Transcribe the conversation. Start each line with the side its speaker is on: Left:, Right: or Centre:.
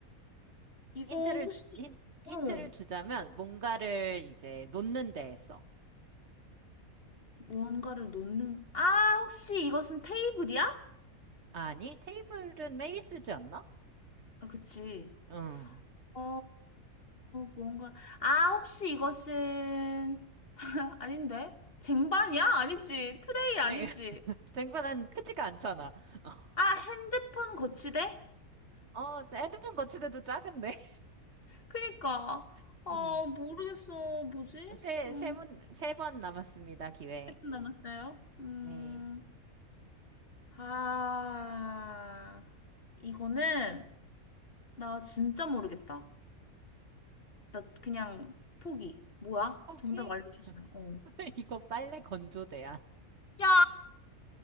Left: 이거
Right: 힌트를,
Left: 혹시,
Right: 힌, 힌트를
Left: 어,
Right: 주자면, 뭔가를 이제 놓는 데에 써.
Left: 무언가를 놓는, 아, 혹시 이것은 테이블이야?
Right: 아니, 테이블은 매일 쓰지 않나?
Left: 아, 그치.
Right: 응.
Left: 어, 무언가, 아, 혹시 이것은, <laughs> 아닌데? 쟁반이야? 아니지. 트레이 아니지.
Right: <laughs> 쟁반은 크지가 않잖아. <laughs>
Left: 아, 핸드폰 거치대?
Right: 어, 핸드폰 거치대도 작은데.
Left: 그니까.
Right: <laughs>
Left: 아,
Right: 음.
Left: 모르겠어. 뭐지?
Right: 세,
Left: 음,
Right: 세 문, 세 번 남았습니다, 기회.
Left: 1분 남았어요. 음,
Right: 네.
Left: 아, 이거는, 나 진짜 모르겠다. 나 그냥 포기. 뭐야?
Right: 포기?
Left: 정답 알려주세요. 어.
Right: <laughs> 이거 빨래 건조대야.
Left: 야!